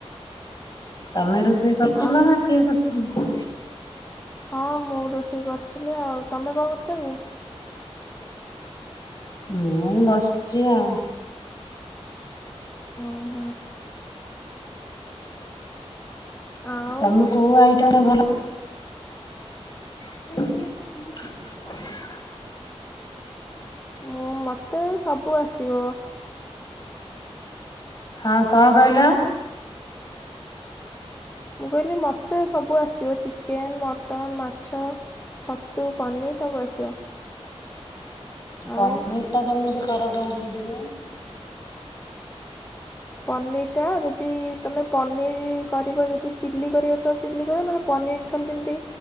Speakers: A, on the left; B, on the left.
A: ତମେ ରୋଷେଇ କରିଥିଲ
B: ଆଉ
A: ନା କିଏ କରିଥିଲା?
B: ହଁ ମୁଁ ରୋଷେଇ କରିଥିଲି। ଆଉ ତମେ କଣ କରୁଚ କି?
A: ମୁଁ ବସିଚି ଆଉ।
B: ଓହୋ। ଆଉ
A: ତମେ କୋଉ ଆଇଟମ୍ ଟା ଭଲ <inaudible> <unintelligible>
B: ମୁଁ ମତେ ସବୁ ଆସିବ।
A: ହଁ କଣ କହିଲ?
B: ମୁଁ କହିଲି ମତେ ସବୁ ଆସିଥିବ ଚିକେନ୍ ମଟନ୍ ମା ଛ ଛତୁ ପନିର ସବୁ ଆସିବ।
A: ପନିର୍
B: ଆଉ
A: ଟା କେମିତି କର କହିଲ ଟିକେ।
B: ପନିର୍ ଟା ଯଦି ତମେ ପନିର୍ କରିବ ଯଦି ଚିଲ୍ଲି କରିବ ତ ଚିଲ୍ଲି ତମେ କଣ ପନିର କଲେ କେମତି